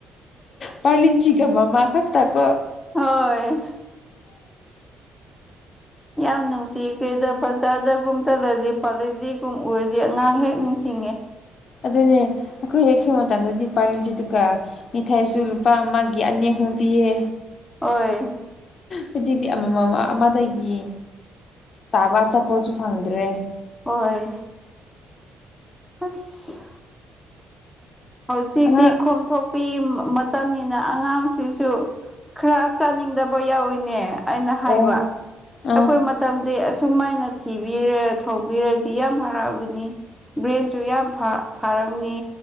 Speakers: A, on the left; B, in the centre.
A: ꯄꯔꯂꯤꯖꯒ ꯃ ꯃꯥ ꯐꯛꯇꯀꯣ
B: ꯍꯣꯏ꯫ ꯌꯥꯝ ꯅꯨꯡꯁꯤꯈ꯭ꯔꯦꯗ ꯕꯖꯥꯔꯗꯒꯨꯝ ꯆꯠꯂꯗꯤ ꯄꯥꯂꯩꯁꯤꯒꯨꯝ ꯎꯔꯗꯤ ꯑꯉꯥꯡ ꯍꯦꯛ ꯅꯤꯡꯁꯤꯡꯉꯦ
A: ꯑꯗꯨꯅꯦ ꯑꯩꯈꯣꯏ ꯍꯦꯛꯈꯕꯥꯟꯗꯗꯤ ꯄꯥꯜꯂꯤꯁꯤꯗꯨꯒ ꯃꯤꯊꯥꯏꯁꯨ ꯂꯨꯄꯥ ꯑꯃꯒꯤ ꯑꯅꯦꯛꯍꯨ ꯄꯤꯌꯦ
B: ꯑꯣꯏ꯫
A: ꯍꯧꯖꯤꯛꯇꯤ ꯑꯃ ꯑꯃꯗꯒꯤ ꯇꯥꯕ ꯑꯆꯥꯄꯣꯠꯁꯨ ꯐꯪꯗ꯭ꯔꯦ꯫
B: ꯍꯣꯏ ꯑꯁ ꯍꯧꯖꯤꯗꯤꯈꯣꯝꯊꯣ
A: ꯑꯉꯥꯡ
B: ꯅꯨꯄꯤ ꯃꯇꯝꯅꯤꯅ ꯑꯉꯥꯡꯁꯤꯁꯨ ꯈꯔ ꯆꯥꯅꯤꯡꯗꯕ ꯌꯥꯎꯋꯤꯅꯦ ꯑꯩꯅ ꯍꯥꯏꯕ
A: ꯑꯣ ꯑꯥ
B: ꯑꯩꯈꯣꯏ ꯃꯇꯝꯗꯤ ꯑꯁꯨꯨꯝꯃꯥꯏꯅ ꯊꯤꯕꯤꯔ ꯊꯣꯡꯕꯤꯔꯗꯤ ꯌꯥꯝ ꯍꯔꯥꯎꯒꯅꯤ꯫ ꯕ꯭ꯔꯦꯟꯁꯨ ꯌꯥꯝ ꯐꯔꯝꯅꯤ꯫